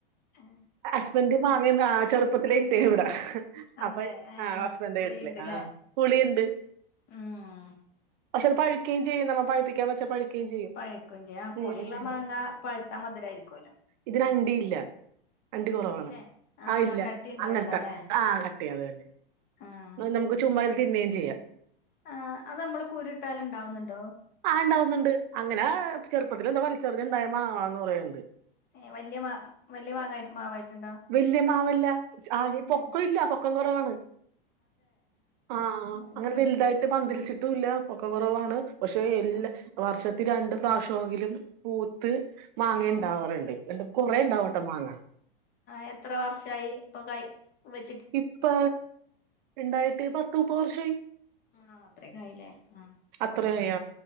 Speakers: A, on the left (about 35°); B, on the right (about 50°).
A: ഉം
B: ഹസ്ബെന്റ് മാങ്ങന്നാ ചെറുപ്പത്തിലെ ഇട്ടേനോട്
A: അതെ
B: അപ്പൊ
A: ഏഹ്
B: ആ ഹസ്ബന്റ്ന്റെ
A: പുളിയുണ്ടല്ലേ
B: വീട്ടില് ആഹ് പുളി ഇണ്ട്.
A: ഉം
B: പക്ഷെ അത് പഴുക്കയും ചെയ്യും. നമ്മ പഴിപ്പിക്കാ വെച്ചാ പഴുക്കുകയും ചെയ്യും
A: പഴുക്കയും ചെയ്യാ. പുളി
B: ഉം ഉം
A: ഇള്ള മാങ്ങ പഴുത്താ മധുരായിരിക്കുവല്ലോ.
B: ഇതിന് അണ്ടി ഇല്ല. അണ്ടി കൊറവാണ്.
A: ഇല്ലേ ആഹ്
B: ആ ഇല്ല
A: കട്ടി ഉണ്ടാവില്ല
B: അങ്ങൻ അത്
A: അല്ലേ
B: തന്നെ
A: ആഹ്
B: നമുക്ക് ചുമ്മാ ഇര്ന്ന് തിന്നയും ചെയ്യാ.
A: ആഹ് അത് നമ്മള് കുരു ഇട്ടാല് ഇണ്ടാവുന്ന്ണ്ടോ.
B: ആഹ് ഇണ്ടാവുന്നുണ്ട് അങ്ങനെ ചെറുപ്പത്തില എന്താ വലചെറിഞ്ഞ ഉണ്ടായ മാങ്ങ പറയണ്ട്
A: ഏഹ് വല്ല്യ മാ വല്ല്യാ മാങ്ങായി മാവായിട്ടുണ്ടോ
B: വല്യമാവല്ല ആഹ് പൊക്ക
A: ഏഹ്
B: ഇല്ല പൊക്കം കുറവാണ് ആഹ്
A: അത്
B: അങ്ങനെ
A: ശരി
B: വലുതായി പന്തതിലിച്ചിട്ടുംല്ല പൊക്കം കുറവാണ് പക്ഷെ എല്ലാ
A: ആഹ്
B: വർഷത്തി രണ്ടും പ്രാവശ്യമെങ്കിലും പൂത്ത് മാങ്ങ
A: ആഹ്
B: ഉണ്ടാവാറുണ്ട് കുറെ ഉണ്ടാവട്ടെ മാങ്ങ
A: ആഹ് എത്ര വർഷമായി ഇപ്പ കൈ വെ
B: ഇപ്പ ഉണ്ടായിട്ട് പത്ത മുപ്പ വർഷായി
A: ആണോ അത്രകെ ആയിലേ ആഹ്
B: അത്ര
A: ആഹ്
B: <unintelligible>